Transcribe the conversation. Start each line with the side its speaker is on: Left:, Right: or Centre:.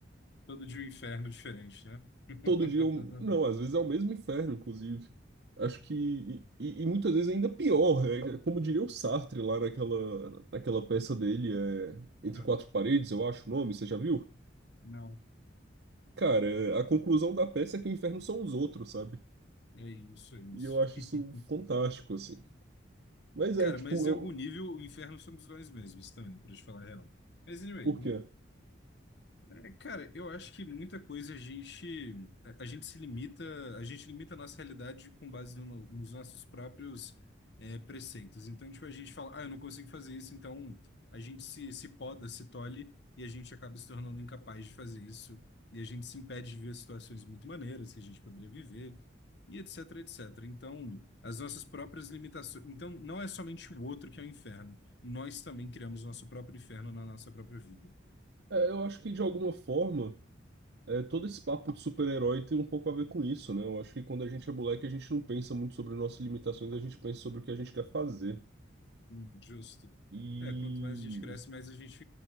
Left: Todo de um inferno diferente, né? <laughs>
Right: todo dia um... Não, às vezes é o mesmo inferno, inclusive. Acho que. E, e muitas vezes ainda pior. né? É, como diria o Sartre lá naquela, naquela peça dele, é... Entre
Left: Não,
Right: Quatro Paredes, eu acho o nome, você já viu?
Left: não.
Right: Cara, é, a conclusão da peça é que o inferno são os outros, sabe?
Left: É isso, é isso.
Right: E eu acho
Left: <laughs>
Right: isso fantástico, assim. Mas
Left: Cara,
Right: é, tipo,
Left: mas em
Right: eu.
Left: algum nível o inferno somos nós mesmos também, pra te falar a real. Mas anyway,
Right: Por quê?
Left: É, Cara, eu acho que muita coisa a gente a, a gente se limita, a gente limita a nossa realidade com base no- nos nossos próprios é, preceitos. Então, tipo, a gente fala, ah, eu não consigo fazer isso, então a gente se, se poda, se tolhe e a gente acaba se tornando incapaz de fazer isso. E a gente se impede de ver situações muito maneiras que a gente poderia viver e etc, etc. Então, as nossas próprias limitações. Então, não é somente o outro que é o inferno. Nós também criamos nosso próprio inferno na nossa própria vida.
Right: É, eu acho que de alguma forma. É, todo esse papo de super-herói tem um pouco a ver com isso, né? Eu acho que quando a gente é moleque, a gente não pensa muito sobre nossas limitações, a gente pensa sobre o que a gente quer fazer.
Left: Hum, Justo.
Right: E
Left: É, quanto mais a gente cresce, mais a gente